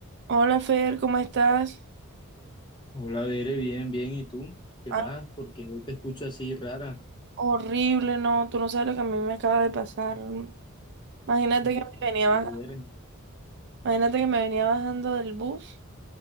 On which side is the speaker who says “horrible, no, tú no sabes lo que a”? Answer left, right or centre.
Right